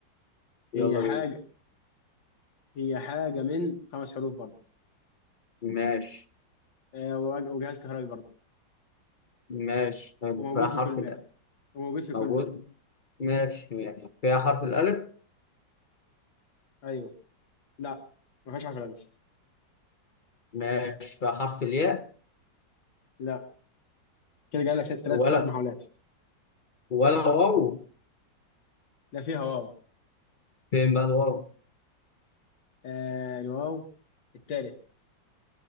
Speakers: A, on the left; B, on the left.
A: يلا
B: هي حاجه
A: بينا
B: هي حاجة من خمس حروف برضه
A: ماشي
B: آه، وج- وجهاز كهربي برضه
A: ماشي حلو
B: وموجود
A: فيها
B: في
A: حرف
B: كل بيت
A: الألف
B: وموجود في كل
A: موجود
B: بيت
A: ماشي ماشي فيها حرف الألف
B: أيوه لا ما فيهاش حرف الألف
A: ماشي فيها حرف الياء
B: لا كده جاي لك تلات
A: ولا
B: تلات محاولات
A: ولا واو
B: لا فيها واو
A: فين بقى الواو
B: آه الواو التالت